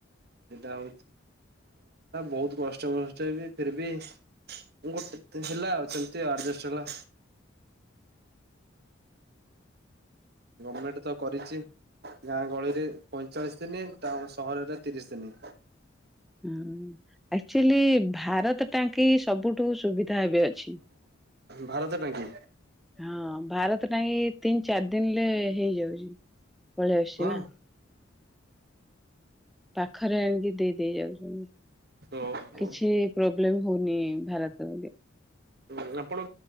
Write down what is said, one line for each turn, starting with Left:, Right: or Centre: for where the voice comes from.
Right: ସେଟା ହଉଛି ବହୁତ କଷ୍ଟମଷ୍ଟ ଫେର ବି ଗୋଟେ ହେଲା। ଆଜଷ୍ଟ ହେଲା। ଗଭର୍ଣମେଣ୍ଟ ତ କରିଛି ଗାଁ ଗହଳିରେ ପଇଁଚାଳିଶ ଦିନ ସହରରେ ତିରିଶ ଦିନ।
Centre: ହଁ ଆଚୁଆଲି ଭାରତ ଟାଙ୍କି ସବୁଠୁ ସୁବିଧା ଏବେ ଅଛି
Right: ଭାରତ ଟାଙ୍କି
Centre: ହଁ ଭାରତ ଟ ତିନି ଚାରି ଦିନରେ ହେଇଯାଉଛ। ପଳିଆ ଅଛି
Right: ହଁ
Centre: ନା। ପାଖରେ ଆଣିକି ଦେଇ ଦେଇେଇ ଯାଉଛନ୍ତି।
Right: ଓହୋ।
Centre: କିଛି। ହେଲେ ହଉନି ଭାରତ।
Right: ହ ଆପଣ